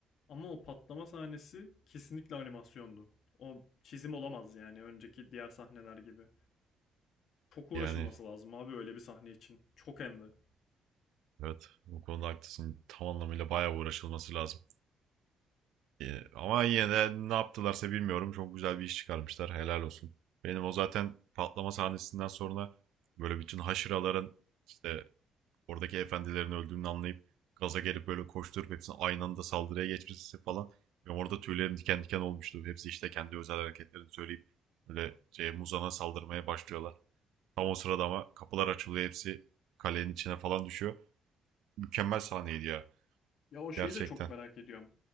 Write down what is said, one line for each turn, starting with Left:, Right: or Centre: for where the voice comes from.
Left: Ama o patlama sahnesi kesinlikle animasyondu. O çizim olamaz yani önceki diğer sahneler gibi. Çok uğraşılması
Right: Yani
Left: lazım abi öyle bir sahne için. Çok hem de.
Right: Evet, bu konuda haklısın. Tam anlamıyla bayağı uğraşılması lazım. Ee, ama yine de ne yaptılarsa bilmiyorum. Çok güzel bir iş çıkarmışlar. Helal olsun. Benim o zaten patlama sahnesinden sonra böyle bütün haşıraların işte oradaki efendilerin öldüğünü anlayıp gaza gelip böyle koşturup hepsinin aynı anda saldırıya geçmesi falan. Benim orada tüylerim diken diken olmuştu. Hepsi işte kendi özel hareketlerini söyleyip böyle şey, Muzan'a saldırmaya başlıyorlar. Tam o sırada ama kapılar açılıyor. Hepsi kalenin içine falan düşüyor. Mükemmel sahneydi ya.
Left: Ya o şeyi
Right: Gerçekten.
Left: de çok merak ediyorum.